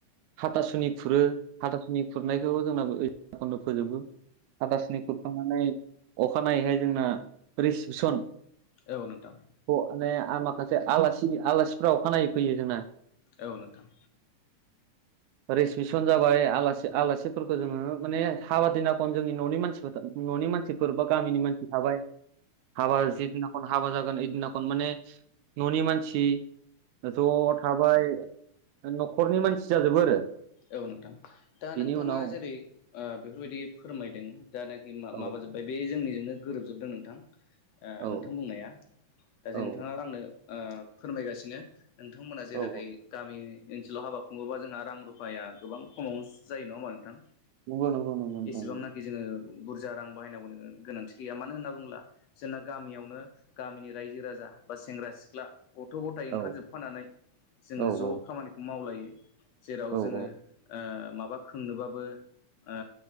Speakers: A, on the right (about 80°); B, on the left (about 75°).
A: हाथासुनि खुरो हाथासुनि। खुरनायखौ जोंनाबोनो फोजोबो हथासुनि खुरखांनानै। अखानायैहाय जोंना रिसिपसन।
B: औ नोंथां।
A: माने आरो माखासे आलासि आलासिफोराव खानाय फैयो जोंना।
B: औ नोंथां।
A: रिसिपसन जाबाय आलासिफोरखौ जोङो माने हाबा दिना खन। जोंनि ननि मानसिफोर ननि मानसिफोर बा गामिनि मानसि थाबाय हाबा जि दिना खन। हाबा जागोन इदिनाखौनो माने ननि मानसि ज थाबाय। नखरनि मानसि जाजोबो आरो।
B: औ नोंथां दा
A: बेनि
B: नोंथाङा
A: उनाव
B: जेरै ओ बेफोरबायदि। फोरमायदों दाानाखि
A: औ
B: माबाजोब्बाय बे जोंनिजोंनो गोरोबजोबदों नोंथां। ओ
A: औ
B: नोंथां बुंनाया दा जों
A: औ
B: नोंथाङा ओ आंनो फोरमायगासिनो। नोंथांमोना जेरैखै
A: औ औ
B: गामि ओनसोलाव हाबा खुङोबा जोंहा रां रु। उफाया गोबां खमाव जायो नङा होनबा नोंथां
A: नंगौ नंगौ नंगौ नोंथां।
B: एसेबांनाखि जोङो। बुरजा रां बाहायनांगौ गोनांथि गैया मानो होनना बुंङोब्ला जोंना गामियावनो गामिनि रायजो राजा बा सेंग्रा सिख्ला गथ गथाइ
A: नंगौ।
B: ओंखारजोबफानानै जोङो
A: औ
B: ज
A: औ
B: खामानिखौ मावलायो। जेराव
A: औ
B: जोङो
A: औ
B: ओ माबा खोंनोबाबो। ओ